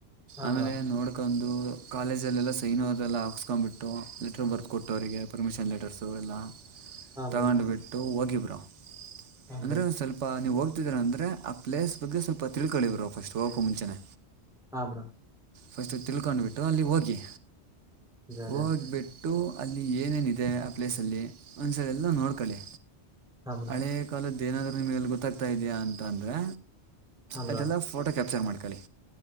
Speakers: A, in the centre; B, on the right.
A: ಹಾ
B: ಆಮೇಲೆ
A: ಬ್ರೋ
B: ನೋಡ್ಕು. ಕಾಲೇಜಲ್ಲೆಲ್ಲ ಸೈನ್ೋದೆಲ್ಲ ಹಾಕ್ಸ್ಕೊ್ಂಬಿಟ್ಟು ಲೆಟ್ರ ಆಫ್ರ್ತ್ ಕೊಟ್ಟು ಅವರಿಗೆ ಪರ್ಮಿಷನ್ ಲೆಟರ್ಸು ಎಲ್ಲ.
A: ಹಾ ಬ್ರೋ
B: ತಗೊಂಡು ಬಿಟ್ಟು ಹೋಗಿಬರು
A: ಹಾ
B: ಅಂದ್ರೆ
A: ಬ್ರೋ
B: ಸ್ವಲ್ಪ. ನೀವು ಹೋಗ್ತಿದ್ದೀರ ಅಂದ್ರರೆ ಆ ಪ್ಲೇಸ್. ಬಗ್ಗೆ ಸ್ವಲ್ಪ ತಿಳ್ಕೊಳ್ಳಿ ಬರು ಫಸ್ಟ್ ಹೋಗಕೋ ಮುಂಚೆ.
A: ಹಾ ಬ್ರೋ
B: ಫಸ್ಟು ತಿಳ್ಕೊಂಡುಬಿಟ್ಟು ಅಲ್ಲಿ ಹೋಗಿ.
A: ಅದೇ ಅದೇ
B: ಹೋಗ್ಬಿಟ್ಟು ಅಲ್ಲಿ ಏನೇನಿದೆ ಆ ಪ್ಲೇಸಲ್ಲಿ ಒಂದ್ಸರಿ ಎಲ್ಲ ನೋಡ್ಕೊಳ್ಳಿ
A: ಹಾ ಬ್ರೋ
B: ಹಳೆ ಕಾಲದ್ದ ಏನಾದರೂ ನಿಮಗೆಲ್ಲಿ ಗೊತ್ತಾಗ್ತಾ ಇದೆಯಾ ಅಂತ ಅಂದರೆ
A: ಹಾ ಬ್ರೋ
B: ಅದೆಲ್ಲ ಫೋಟೋ ಕ್ಯಾಪ್ಚರ್ ಮಾಡ್ಕೊಳ್ಳಿ